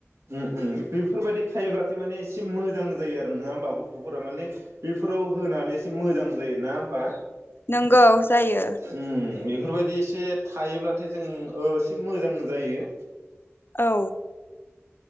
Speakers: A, on the right; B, on the left.
A: उम उम बेफोरबायदि थायोब्लाथि माने एसे मोजां जायो आरो नङा होमबा गथ'फोरा माने बेफोराव होनानै एसे मोजां जायो नङा होमबा?
B: नोंगौ जायो।
A: उम बेफोरबायदि एसे थायोब्लाथाय जों ओ एसे मोजां जायो।
B: औ